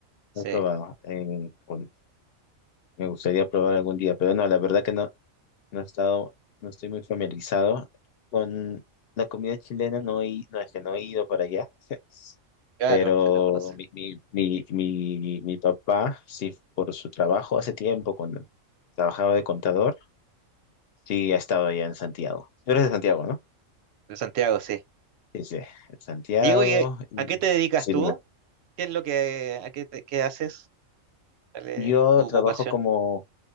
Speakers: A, on the right; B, on the left.
A: Sí,
B: no he probado. eh, bueno, me gustaría probar algún día, pero no, la verdad que no. No he estado, no estoy muy familiarizado con la comida chilena, no, he- no es que no he ido para allá, <laughs>
A: claro,
B: pero
A: se las conoce.
B: mi, mi, mi, mi, mi papá, sí, por su trabajo hace tiempo, cuando trabajaba de contador, sí, ha estado allá en Santiago. Tú eres de Santiago, ¿no?
A: De Santiago, sí.
B: Sí, sí, en Santiago.
A: Diego, ¿y
B: y-
A: a qué te dedicas
B: Sí,
A: tú?
B: dime.
A: ¿Qué es lo que, a qué, te- qué haces? ¿Cuál es
B: Yo
A: tu
B: trabajo
A: ocupación?
B: como,